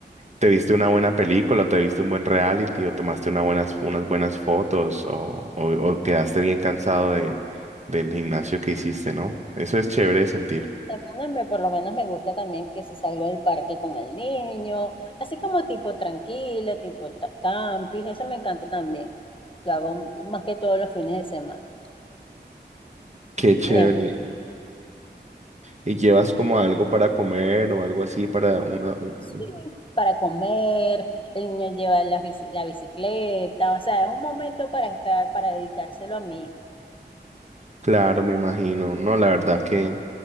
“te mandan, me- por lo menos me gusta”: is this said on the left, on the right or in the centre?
Left